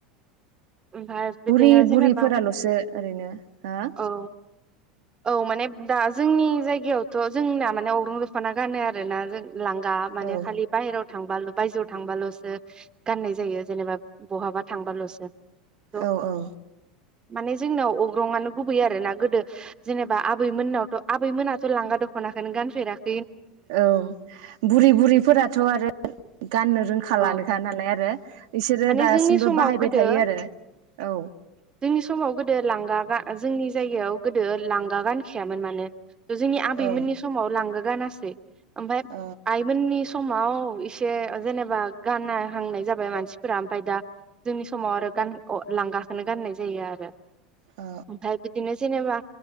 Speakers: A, on the right (about 20°); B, on the right (about 55°).
A: ओमफ्राय बिदिनो
B: बुरि
A: जेनेबा
B: बुरिफोराल'सो ओरैनो हो
A: औ औ माने दा जोंनि जायगायावथ' जोंना माने अग्रं दखना गानो आरो ना जों लांगा माने
B: औ
A: खालि बाहेराव थांबा बायजोआव थांबाल'सो गाननाय जायो जेनेबा बहाबा थांबाल'सो थ'
B: औ औ
A: माने जोंनाव अग्रं आनो गुबै आरो ना गोदो जेनेबा आबैमोननावथ' आबैमोनाथ' लांगा दख'नाखनो गानफेराख
B: औ बुरि बुरिफोराथ' आरो गाननो रोंखाालानोखा
A: औ
B: नालाय आरो बिसोरो
A: माने
B: दासिमबो
A: जोंनि समाव
B: बाहायबाय
A: गोदो
B: थायो आरो औ
A: जोंनि समाव गोदो लांगा गा जोंनि जायगायाव गोदो लांगा गानखायामोन माने ओ जोंनि आबैमोननि
B: औ
A: समाव लांगा गानासै ओमफ्राय
B: औ
A: आइमोननि समाव इसे जेनेबा गानना हांनाय जाबाय मानसि फोरा ओमफाय दा जोंनि समाव आरो गान-अ-लांगाखौनो गाननाय जायो आरो।
B: औ
A: ओमफाय बिदिनो जेनेेबा